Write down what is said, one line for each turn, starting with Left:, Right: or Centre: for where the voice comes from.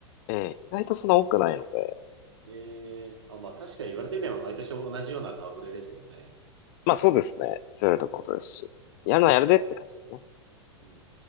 Left: ええ、意外とそんな多くないので、
Right: ええあ、まあ確かに言われてみれば毎年同じような顔ぶれですもんね。
Left: まあそうですね。そういうとこもそうですし、
Right: うん。
Left: やるのはやるでって感じですね。
Right: うん